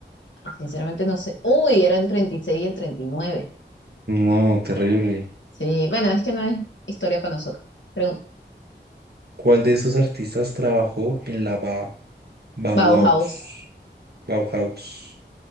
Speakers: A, on the left (about 80°); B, on the right (about 60°).
A: Sinceramente no sé. Uy, era el treinta y seis y el 39.
B: No, terrible.
A: Sí, bueno, es que no es historia para nosotros. Pregunta.
B: ¿Cuál de estos artistas trabajó en la Ba- Bauhaus?
A: Bauhaus.
B: Bauhaus.